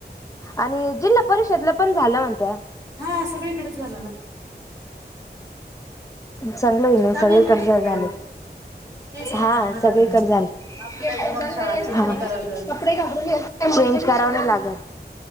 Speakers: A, on the left; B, on the right.
A: आणि जिल्हा परिषदला पण झालं म्हणत्या
B: हा सगळीकडेच झाल ना
A: चांगल आहे ना
B: चांगलं
A: सगळीकडज
B: एक वेळेस
A: झालं,
B: तेच आहे ना
A: हां
B: चांगलं झालं
A: सगळीकडे
B: ना
A: झालं
B: आपल्याला बी मग शाळा चेंज
A: <unintelligible> हां
B: नाही करावी लागत
A: चेंज कराव नाही लागत.